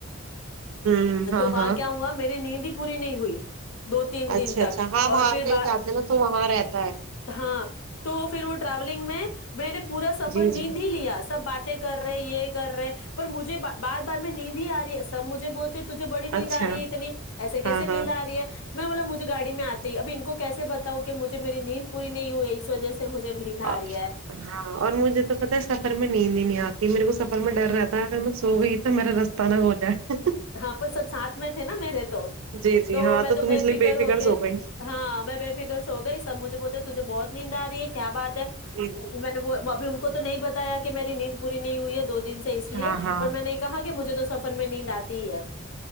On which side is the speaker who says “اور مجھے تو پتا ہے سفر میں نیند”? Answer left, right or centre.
Right